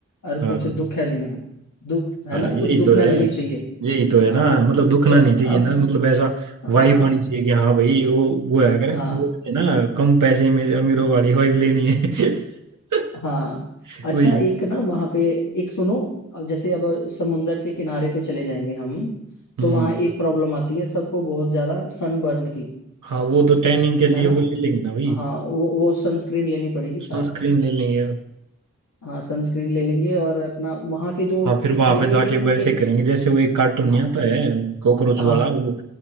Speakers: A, on the left; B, on the right.
A: और
B: हाँ
A: कुछ दुख है भी ना हो। दुख है
B: हाँ,
A: ना
B: यही
A: कुछ दुखना
B: तो है
A: भी नहीं चाहिए
B: यही तो है
A: हाँ
B: ना मतलब दुखना
A: तो
B: नहीं चाहिए
A: अब
B: ना मतलब ऐसा
A: हाँ
B: वाइब आनी चाहिए कि हाँ भाई वो वो है करें
A: हाँ
B: वो है ना कम पैसे में अमीरों वाली वाइब लेनी है <laughs>
A: हाँ अच्छा
B: वही
A: एक ना वहाँ पे एक सुनो अब जैसे अब समुंदर के किनारे पे चले जाएंगे हम
B: हम्म
A: तो वहाँ एक प्रॉब्लम आती है सबको बहुत ज्यादा सनबर्न की
B: हाँ वो तो टैनिंग के लिए
A: है ना
B: वो ले लेंगे ना भाई
A: हाँ वो वो सनस्क्रीन लेनी पड़ेगी साथ
B: सनस्क्रीन ले लेंगे
A: हाँ सनस्क्रीन ले लेंगे और अपना वहाँ के जो
B: हाँ फिर वहां
A: मेरे
B: पे जाके
A: एक
B: वो ऐसे
A: एक
B: करेंगे जैसे वो एक कार्टून नहीं
A: हाँ
B: आता है कॉकरोच
A: हाँ
B: वाला वो